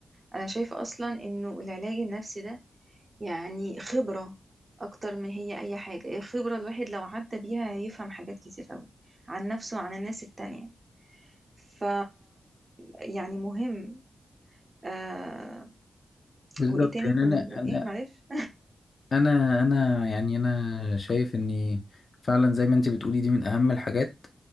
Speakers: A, on the right; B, on the left.
A: أنا شايفة أصلا إنه العلاج النفسي ده يعني خبرة أكتر ما هي أي حاجة الخبرة الواحد لو عدى بيها هيفهم حاجات كتير أوي عن نفسه وعن الناس التانية ف يعني مهم آه
B: بالظبط
A: وايه تاني
B: يعني
A: كنا
B: انا
A: بنقول
B: انا
A: ايه معلش
B: انا انا يعني انا شايف اني فعلا زي ما انت بتقولي دي من اهم الحاجات